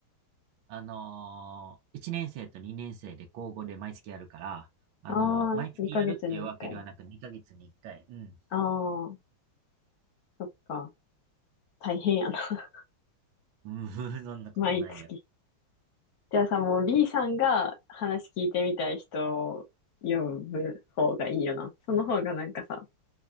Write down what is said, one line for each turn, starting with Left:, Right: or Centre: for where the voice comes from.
Right: あのー、1年生と2年生で交互で毎月やるから、あのー毎月やるっていうわけではなく2ヶ月に1回。
Left: ああ、2ヶ月に1回。
Right: うん。
Left: ああ、そっか。大変やな。<laughs>
Right: うん、<laughs> そんなことないよ。
Left: 毎月。じゃあさ、もう B さんが話聞いてみたい人を呼ぶ方がいいよな。その方がなんかさ、